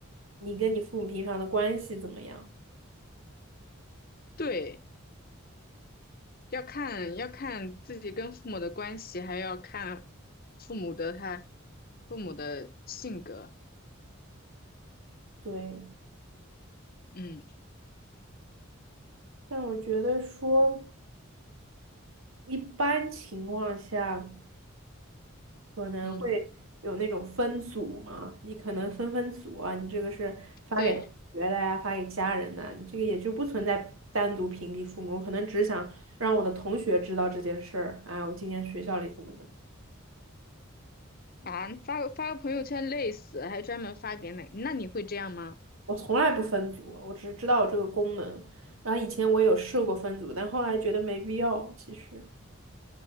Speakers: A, on the right; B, on the left.
A: 你跟你父母平常的关系怎么样。
B: 对。要看要看自己跟父母的关系，还要看父母的他父母的性格。
A: 对，
B: 嗯
A: 但我觉得说一般情况下。可能会有那种分组嘛，
B: 嗯，
A: 你可能分分组啊，你这个是发给同学的呀，
B: 对
A: 发给家人的，你这个也就不存在单独屏蔽父母。我可能只想让我的同学知道这件事儿，哎，我今天学校里怎么怎么，
B: 啊，发个发个朋友圈累死，还专门发给哪？那你会这样吗？
A: 我从来不分组，我只是知道我这个功能。然后以前我有试过分组，但后来觉得没必要，其实